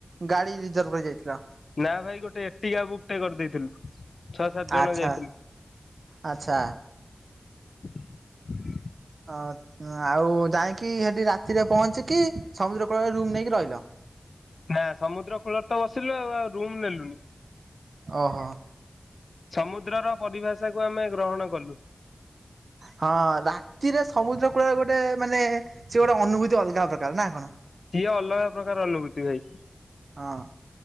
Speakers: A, on the right; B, on the left.
A: ଗାଡି ରିଜର୍ଭ କରି ଯାଇଥିଲ।
B: ନା ଭାଇ ଗୋଟେ ଏଟି ଗା ବୁକ୍ ଟେ କରିଦେଇଥିଲୁ ଛଅ ସାତ ଜଣ
A: ଆଛା
B: ଯାଇଥିଲୁ।
A: ଆଛା
B: <inaudible>
A: ହ ଆଉ ଯାଇକି ସେଠି ରାତିରେ ପହଞ୍ଚିକି ସମୁଦ୍ର କୂଳରେ ରୁମ୍ ନେଇକି ରହିଲ।
B: ନା ସମୁଦ୍ର କୂଳରେ ତ ବସିଲୁ ଆଉ ଆଉ ରୁମ ନେଲୁନି।
A: ଓହୋ
B: ସମୁଦ୍ର ର ପରିଭାଷା କୁ ଆମେ ଗ୍ରହଣ କଲୁ।
A: ହଁ ରାତିରେ ସମୁଦ୍ର କୂଳରେ ଗୋଟେ ମାନେ ସେ ଗୋଟେ ଅନୁଭୂତି ଅଲଗା ପ୍ରକାର ନା କଣ?
B: ସିଏ ଅଲଗା ପ୍ରକାର ଅଲଭୁତି ଭାଇ।
A: ହଁ